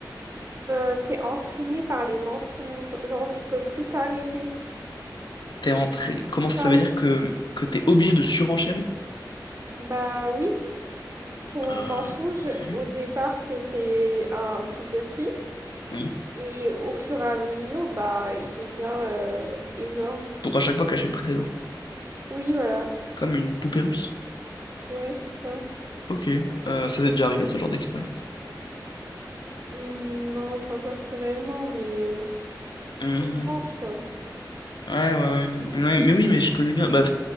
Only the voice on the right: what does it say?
euh, t'es entraîné par les mensonges. Genre, tu peux plus t'arrêter.
Genre,
tu-
Bah oui, ton
mensonge,
au départ, c'était un tout petit.
Et au fur et à mesure, bah, il devient euh, énorme.
Oui, voilà.
Ouais, c'est ça.
Hum, non, pas personnellement, mais euh,
j'y pense, quoi.